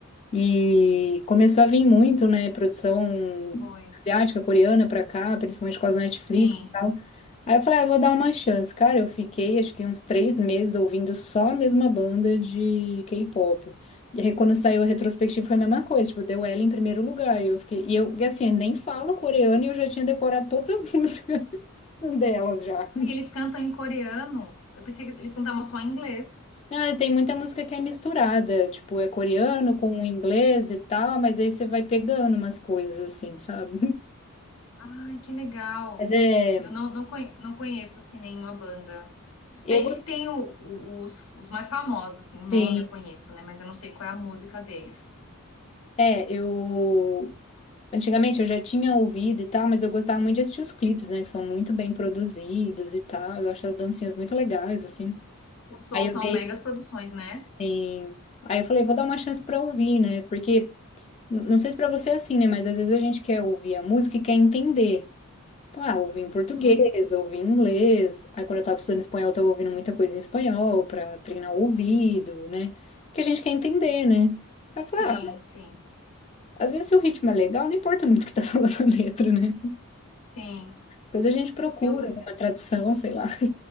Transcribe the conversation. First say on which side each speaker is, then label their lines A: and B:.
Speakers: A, on the left (about 30°); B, on the left (about 65°).
A: E começou a vir muito, né, produção
B: Foi.
A: asiática, coreana pra cá, principalmente por causa da Netflix
B: Sim.
A: e tal. Aí eu falei, ah, vou dar uma chance. Cara, eu fiquei acho que uns três meses ouvindo só a mesma banda de K-pop. E aí quando saiu a retrospectiva foi a mesma coisa, tipo, deu ela em primeiro lugar. E eu fiquei, e eu, e assim, nem falo coreano e eu já tinha decorado todas as <laughs> músicas delas já.
B: Aí eles cantam em coreano. Eu pensei que eles cantavam só em inglês.
A: Ah, tem muita música que é misturada, tipo, é coreano com inglês e tal, mas aí você vai pegando umas coisas assim, sabe?
B: Ai, que legal.
A: Mas é,
B: Eu não, não, conhe- não conheço, assim, nenhuma banda. Sei
A: eu gostei.
B: que tem o- o- os, os mais famosos, assim,
A: Sim,
B: o nome eu conheço, né? Mas eu não sei qual é a música deles.
A: é, eu antigamente eu já tinha ouvido e tal, mas eu gostava muito de assistir os clipes, né, que são muito bem produzidos e tal. Eu acho as dancinhas muito legais assim.
B: Os shows
A: Aí eu
B: são
A: dei,
B: megas produções, né?
A: em- aí eu falei, vou dar uma chance pra ouvir, né? Porque n- não sei se pra você é assim, né, mas às vezes a gente quer ouvir a música e quer entender. Então, ah, ouvi em português,
B: Uhum.
A: ouvi em inglês. Aí quando eu tava estudando espanhol, eu tava ouvindo muita coisa em espanhol pra treinar o ouvido, né? Porque a gente quer entender, né? Aí
B: Sim,
A: eu falei, ah,
B: sim,
A: Às vezes, se o ritmo é legal, não importa muito o que tá <laughs> falando a letra, né?
B: sim.
A: Depois a gente procura
B: Eu,
A: uma tradução, sei lá.